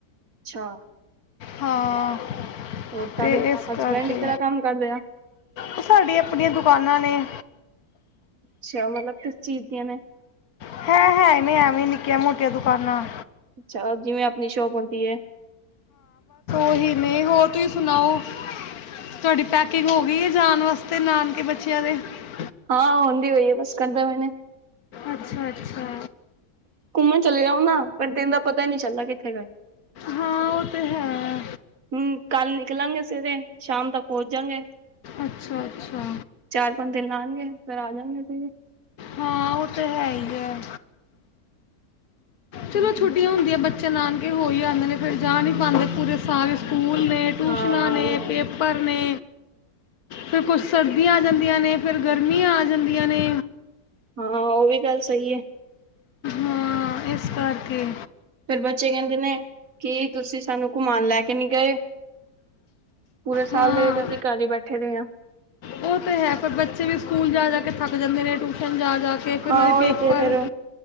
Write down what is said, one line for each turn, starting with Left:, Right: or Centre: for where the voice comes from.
Right: ਅੱਛਾ
Left: ਹਾਂ।
Right: ਔਰਤਾਂ
Left: ਤੇ
Right: ਦੇ
Left: ਇਸ
Right: ਹਸਬੈਂਡ
Left: ਕਰਕੇ
Right: ਕਿਹੜਾ ਕੰਮ ਕਰਦੇ ਆ
Left: ਉਹ ਸਾਡੀਆਂ ਆਪਣੀਆਂ ਦੁਕਾਨਾਂ ਨੇ <unintelligible>
Right: ਅੱਛਾ ਮਤਲਬ ਕਿਸ ਚੀਜ਼ ਦੀਆਂ ਨੇ
Left: ਇਹ ਹੈ ਨੀਐਵੇ ਨਿੱਕੀਆਂ ਮੋਟੀਆਂ ਦੁਕਾਨਾ-
Right: ਅੱਛਾ ਜਿਵੇਂ ਆਪਣੀ ਸ਼ੌਪ ਹੁੰਦੀ ਹੈ।
Left: ਨਹੀਂ ਹੋਰ ਤੁਸੀਂ ਸੁਣਾਓ ਤੁਹਾਡੀ ਪੈਕਿੰਗ ਹੋ ਵੀ ਜਾਣ ਵਾਸਤੇ ਨਾਨਕੇ ਬੱਚੇ <unintelligible>
Right: ਹਾਂ ਹੁੰਦੀ ਹੋਈ ਹੈ ਬਸ ਕਰਦਾ ਮੈਨੇ
Left: ਅੱਛਾ ਅੱਛਾ
Right: ਘੁੰਮਣ ਚਲੇ ਜਾਉ ਨਾ ਪਰ ਦਿਨ ਦਾ ਪਤਾ ਹੀ ਨਹੀਂ ਚੱਲਦਾ ਕਿੱਥੇ ਗਏ
Left: ਹਾਂ ਉਹ ਤੇ ਹੈ
Right: ਹਮ ਕੱਲ ਨਿਕਲਾਂਗੇ ਸਵੇਰੇ ਸ਼ਾਮ ਤੱਕ ਪਹੁੰਚ ਜਾਗੇ
Left: ਅੱਛਾ ਅੱਛਾ
Right: ਚਾਰ ਪੰਜ ਦਿਨ ਲਾਉਣਗੇ ਫਿਰ ਆ ਜਾਗੇ ਅਸੀ ਵੀ
Left: ਹਾਂ ਉਹ ਤੇ ਹੈ ਹੀ ਹੈ ਚਲੋ ਛੁੱਟੀਆਂ ਹੁੰਦੀਆਂ ਬੱਚੇ ਨਾਨਕੇ ਹੋ ਹੀ ਆਉਦੇ ਨੇ ਫਿਰ ਜਾ ਨਹੀਂ ਪਾਉਂਦੇ ਪੂਰੇ ਸਾਰੇ ਸਕੂਲ ਨੇ ਟਿਊਸ਼ਨਾਂ
Right: ਹਾਂ ਉਹ
Left: ਨੇ
Right: ਵੀ ਗੱਲ
Left: ਪੇਪਰ ਨੇ ਫਿਰ ਕੁਝ ਸਰਦੀਆਂ ਆ ਜਾਂਦੀਆਂ ਨੇ ਫਿਰ ਗਰਮੀਆਂ ਆ ਜਾਂਦੀਆਂ ਨੇ
Right: ਹਾਂ ਉਹ ਵੀ ਗੱਲ ਸਹੀ ਹੈ
Left: ਹਾਂ ਇਸ ਕਰਕੇ
Right: ਫੇਿਰ ਬੱਚੇ ਕਹਿੰਦੇ ਨੇ ਕੀ ਤੁਸੀਂ ਸਾਨੂੰ ਘੁਮਾਉਣ ਲੈ ਕੇ ਨੀ ਗਏ ਪੂਰੇ ਸਾਲ
Left: ਹਾਂ
Right: ਦੇ ਵਿੱਚ ਅਸੀਂ ਘਰ ਹੀ ਬੈਠੇ ਰਹੇ ਹਾਂ
Left: ਉਹ ਤੇ ਹੈ ਪਰ ਬੱਚੇ ਵੀ ਸਕੂਲ ਜਾ ਜਾ ਥੱਕ ਜਾਂਦੇ ਨੇ ਟਿਊਸ਼ਨ ਜਾ ਜਾ ਕੇ ਫਿਰ
Right: ਹਾਂ
Left: ਉਹ ਦੇ
Right: ਉਹੀ
Left: ਪੇਪਰ
Right: ਤੇ ਫੇਰ